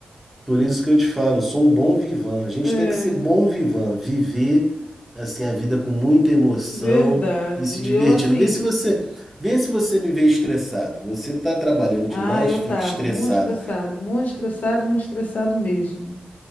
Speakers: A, in the centre; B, on the left.
A: Por isso que eu te falo, eu sou um bom vivan. A gente
B: <laughs>
A: tem que ser bom vivan, viver assim a vida com muita emoção
B: Verdade.
A: e se
B: E
A: divertindo.
B: eu assim.
A: Vê se você, vê se você me vê estressado. Você está trabalhando
B: Ah,
A: demais,
B: eu
A: fica
B: tava
A: estressado.
B: muito estressado, muito estressado, muito estressado mesmo.